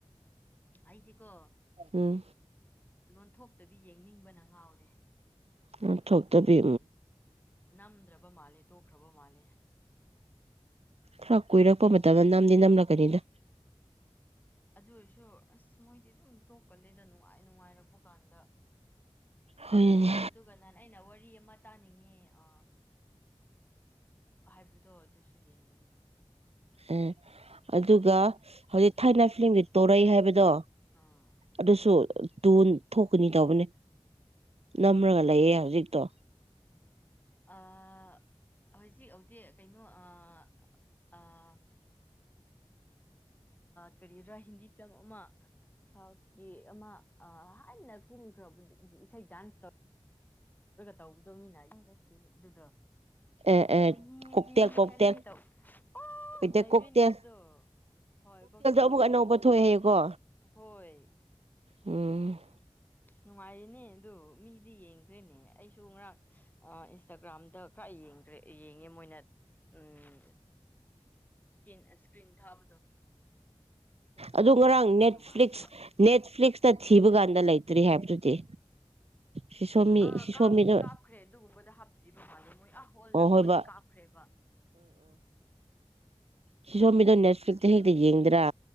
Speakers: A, on the left; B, on the right.
A: ꯑꯩꯗꯤꯀꯣ
B: ꯎꯝ
A: ꯂꯣꯟꯊꯣꯛꯇꯕꯤ ꯌꯦꯡꯅꯤꯡꯕꯅ ꯉꯥꯎꯔꯦ
B: ꯂꯣꯟꯊꯣꯛꯇꯕꯤ
A: ꯅꯝꯗ꯭ꯔꯕ ꯃꯥꯜꯂꯦ ꯇꯣꯛꯈ꯭ꯔꯕ ꯃꯥꯜꯂꯦ
B: ꯈꯔ ꯀꯨꯏꯔꯛꯄ ꯃꯇꯝꯗ ꯅꯝꯗꯤ ꯅꯝꯂꯛꯀꯅꯤꯗ
A: ꯑꯗꯨ ꯑꯣꯏꯔꯁꯨ ꯑꯁ ꯃꯣꯏꯗꯤ ꯑꯗꯨꯝ ꯇꯣꯛꯀꯂꯦꯗ ꯅꯨꯡꯉꯥꯏ ꯅꯨꯡꯉꯥꯏꯔꯛꯄ ꯀꯥꯟꯗ
B: ꯍꯣꯏꯅꯦ
A: ꯑꯗꯨꯒ ꯅꯥꯟ ꯑꯩꯅ ꯋꯥꯔꯤ ꯑꯃ ꯇꯥꯅꯤꯡꯉꯦ ꯑ ꯍꯥꯏꯕꯗꯣ ꯑꯗꯨꯁꯨ ꯌꯦꯡꯅꯤꯡꯉꯦ
B: ꯑꯥ ꯑꯗꯨꯒ ꯍꯧꯖꯤꯛ ꯊꯥꯏꯅ ꯐꯤꯂꯝꯒꯤ ꯇꯣꯔꯩ ꯍꯥꯏꯕꯗꯣ
A: ꯑꯥ
B: ꯑꯗꯨꯁꯨ ꯇꯨꯟ ꯊꯣꯛꯀꯅꯤ ꯇꯧꯕꯅꯦ ꯅꯝꯔꯒ ꯂꯩꯌꯦ ꯍꯧꯖꯤꯛꯇꯣ
A: ꯑꯥ ꯍꯧꯖꯤꯛ ꯑꯧꯗꯤ ꯀꯩꯅꯣ ꯑꯥ ꯑꯥ ꯀꯔꯤꯔꯥ ꯍꯤꯟꯗꯤ ꯐꯤꯂꯝ ꯑꯃ ꯁꯥꯎꯠꯒꯤ ꯑꯃ ꯍꯥꯟꯅ ꯀꯨꯝꯈ꯭ꯔꯕ ꯏꯁꯩ ꯗꯥꯟꯁ ꯇꯧ ꯇꯧꯕꯗꯣ ꯃꯤꯅ <unintelligible> ꯑꯗꯨꯗꯣ
B: ꯑꯦ ꯑꯦ
A: <unintelligible>
B: ꯀꯣꯛꯇꯦꯜ ꯀꯣꯛꯇꯦꯜ
A: ꯆꯠꯂꯦ ꯇꯧ ꯑꯣ
B: ꯀꯩꯇꯦꯜ
A: ꯅꯩꯔꯦꯅꯦ
B: ꯀꯣꯛꯇꯦꯜ
A: ꯑꯗꯨꯗꯣ ꯍꯣꯏ ꯀꯣꯛꯇꯦꯜꯗꯣ
B: ꯑꯃꯨꯛ ꯑꯅꯧꯕ ꯊꯣꯛꯑꯦ ꯍꯥꯏꯌꯦꯀꯣ
A: ꯍꯣꯏ
B: ꯎꯝ
A: ꯅꯨꯡꯉꯥꯏꯔꯤꯅꯦ ꯑꯗꯣ ꯃꯤꯗꯤ ꯌꯦꯡꯈ꯭ꯔꯦꯅꯦ ꯑꯩꯁꯨ ꯉꯔꯥꯡ ꯏꯟꯁꯇꯥꯒ꯭ꯔꯥꯝꯗ ꯈꯔ ꯌꯦꯡꯈ꯭ꯔꯦ ꯌꯦꯡꯉꯦ ꯃꯣꯏꯅ ꯎꯝ <unintelligible> ꯏꯁꯀ꯭ꯔꯤꯟ ꯊꯥꯕꯗꯣ ꯏꯁꯀ꯭ꯔꯤꯟ ꯊꯥꯕꯗꯣ
B: ꯑꯗꯨ ꯉꯔꯥꯡ
A: ꯑꯗꯨꯗꯣ
B: ꯅꯦꯠꯐ꯭ꯂꯤꯛꯁ
A: ꯅꯨꯡꯉꯥꯏꯌꯦꯕ
B: ꯅꯦꯠꯐ꯭ꯂꯤꯛꯁꯇ ꯊꯤꯕ ꯀꯥꯟꯗ ꯂꯩꯇ ꯇ꯭ꯔꯤ ꯍꯥꯏꯕꯗꯨꯗꯤ ꯁꯤꯁꯣꯝꯕꯤ
A: ꯑꯥ
B: ꯁꯤꯁꯣꯝꯕꯤꯗꯣ
A: ꯀꯥꯞꯇꯤ ꯀꯥꯞꯈ꯭ꯔꯦ ꯑꯗꯨꯒꯨꯝꯕꯗ ꯍꯥꯞꯇ꯭ꯔꯤꯕ ꯐꯣꯏ <unintelligible> ꯍꯣꯜꯗꯒꯨꯝꯕꯗꯤ
B: ꯑꯣ ꯍꯣꯏꯕ
A: ꯀꯥꯞꯈ꯭ꯔꯦꯕ
B: ꯁꯤ ꯁꯣꯝ ꯃꯤꯗꯣ ꯅꯦꯠꯐ꯭ꯂꯤꯛꯇ ꯍꯦꯛꯇ ꯌꯦꯡꯗ꯭ꯔꯥ